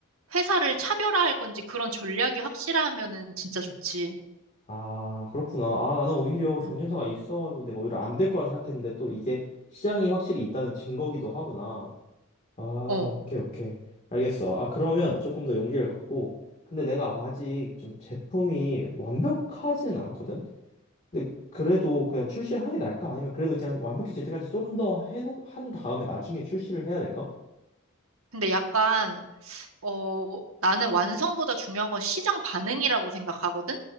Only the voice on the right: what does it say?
회사를 차별화할 건지 그런 전략이 확실하면은 진짜 좋지.
응.
어.
근데 약간 어, 나는 완성보다 중요한 건 시장 반응이라고 생각하거든?